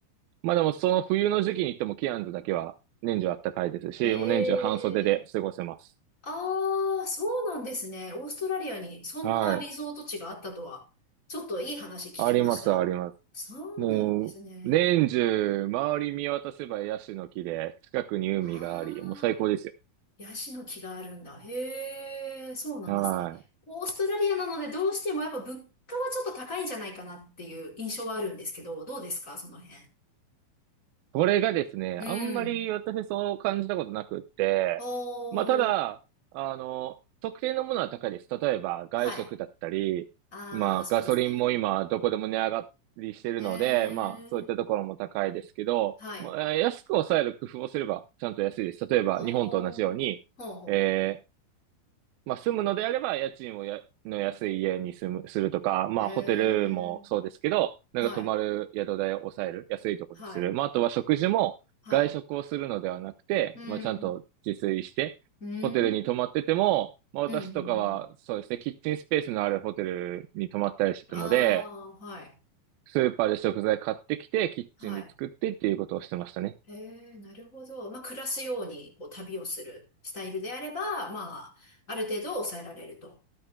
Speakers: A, on the right; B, on the left.
A: まあでもその冬の時期に行ってもキアンズだけは年中暖かいですし、
B: へえ。
A: もう年中半袖で過ごせます。
B: ああ、そうなんですね。オーストラリアにそんなリゾート地があったとは、
A: はい。
B: ちょっといい話聞きました。
A: あります、あります。
B: そうなんですね。
A: もう、年中、周り見渡せばヤシの木で、近くに海があり、
B: ああ、
A: もう最高ですよ。
B: ヤシの木があるんだ。へえ、そうなんですね。
A: はい。
B: オーストラリアなのでどうしてもやっぱ物価はちょっと高いんじゃないかなっていう印象はあるんですけど、どうですか、その辺。
A: これがですね、
B: うん。
A: あんまり私そう感じたことなくって、
B: お
A: まあ、ただ、
B: ー
A: あの、特定のものは高いです。例えば、外食だったり、
B: はい。ああ、
A: まあ、
B: そうですね。
A: ガソリンも今、どこでも値上がりしてるので、
B: へえ、
A: まあ、そういったところも高いですけど、
B: はい。
A: まあ、安く抑える工夫をすれば、ちゃんと安いです。例えば、
B: おー、
A: 日本と同じように、
B: ほうほ
A: えーまあ、住むのであれば、家賃をや、の安い家に住む、するとか、まあ、
B: う。へ
A: ホテルもそうですけど、
B: え、
A: なんか泊まる宿代を抑える、
B: はい、
A: 安いとこにする。
B: はい、
A: まあ、あとは食事も外食をするのではなくて、
B: はい。うん、
A: まあ、ちゃんと自炊して、
B: うん、
A: ホテルに泊まってても、まあ、私とかは、
B: うん、うん。
A: そうですね、キッチンスペースのあるホテルに泊まったりしてたので、
B: ああ、はい、
A: スーパーで食材買ってきて、キッチンで作ってっていうことをしてましたね。
B: はい。へえ、なるほど。まあ、暮らすように、こう、旅をするスタイルであれば、まあ、ある程度抑えられると。